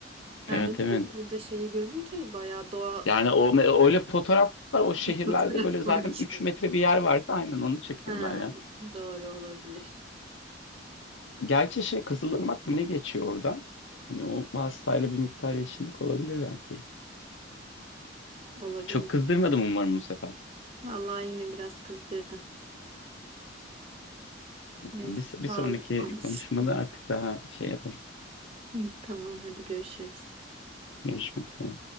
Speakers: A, on the left; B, on the right.
A: Evet
B: Yani
A: evet.
B: burada şeyi görünce bayağı doğa
A: Yani o öyle fotoğraflar o şehirlerde
B: <laughs> fotoğraf
A: böyle
B: koymuşlar.
A: zaten 3 metre bir yer varsa aynen onu çekiyorlar
B: Ha,
A: ya.
B: doğru olabilir.
A: Gerçi şey Kızılırmak mı ne geçiyor oradan? Hani o hastayla bir miktar yeşillik olabilir belki.
B: Olabilir.
A: Çok kızdırmadım umarım bu sefer.
B: Vallahi yine biraz kızdırdın. Neyse
A: Bir, bir
B: sağ
A: sonraki
B: ol. <laughs>
A: konuşmada artık daha şey yaparız.
B: İyi, Tamam hadi görüşürüz.
A: Görüşmek üzere.